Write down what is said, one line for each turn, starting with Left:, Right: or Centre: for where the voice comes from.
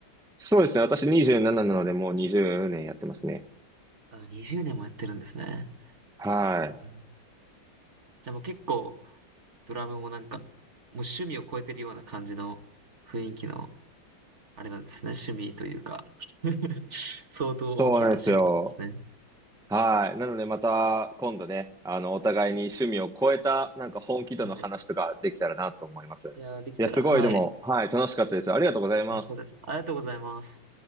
Centre: そうですね。私27なななのでもう20年やってますね。
Right: あ、20年もやってるんですね。
Centre: はい。
Right: えーじゃあもう結構、ドラムもなんか、もう趣味を超えてるような感じの雰囲気の、あれなんですね。趣味というか <laughs> 相当大きな趣味なんですね。
Centre: そうなんですよ。はい。なのでまた今度ね、あの、お互いに趣味を超えたなんか本気度の話とかできたらなと思います。
Right: はい。いやー、できたら、
Centre: いや、すごいでも、
Right: はい。
Centre: はい、楽しかったです。ありがとうございます。
Right: 楽しかったです。ありがとうございます。